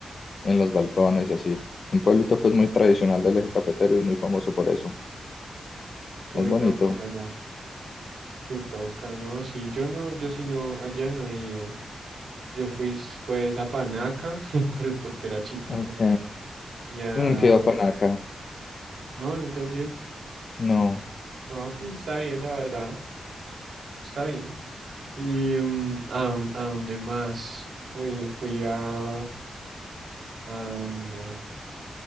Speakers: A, on the left; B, on the right.
A: en los balcones y así. Un pueblito pues muy tradicional del Eje Cafetero y muy famoso por eso.
B: uy,
A: Es bonito.
B: tengo que ir allá. Sí, toca, ¿no? Sí, yo no, yo sí no, allá no he ido. Yo fui, s- pues a Panaca, <laughs> por- porque era chiquito.
A: Ok.
B: Y a...
A: Yo nunca he ido a Panaca.
B: No, nunca he sido.
A: No,
B: No, pues está bien, la verdad. Está bien. ¿Y mm, a, dón- a dónde más? Uy, fui a... ¿A dónde?